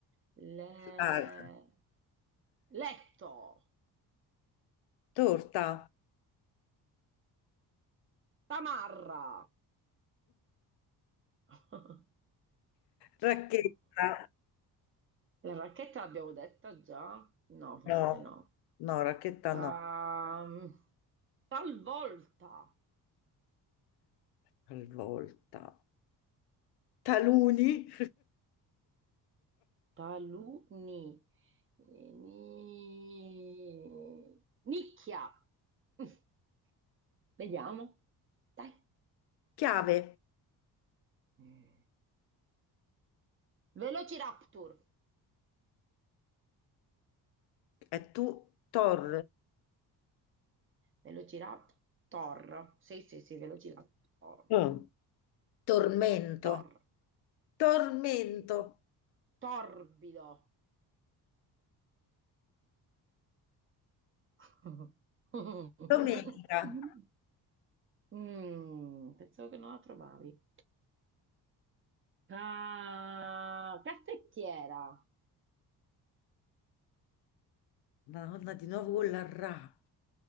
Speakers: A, on the right; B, on the left.
A: Le-
B: Ah,
A: Letto!
B: Torta.
A: Tamarra! <laughs>
B: Racchetta,
A: La racchetta l'abbiamo detta già? No, forse
B: no,
A: no.
B: no, racchetta
A: Ta-
B: no.
A: Talvolta!
B: Talvolta. Taluni. <laughs>
A: Taluni. Eh, ni- Nicchia. Mm, Vediamo. Dai.
B: Chiave,
A: Mm. Velociraptor.
B: e tu, tor,
A: Velociraptor. Sì, sì, sì, Velociraptor.
B: Mm. tormento,
A: Tor.
B: tormento,
A: Torbido. <laughs>
B: domenica.
A: Mm, pensavo che non la trovavi. Ca- caffettiera.
B: Madonna, di nuovo con la ra.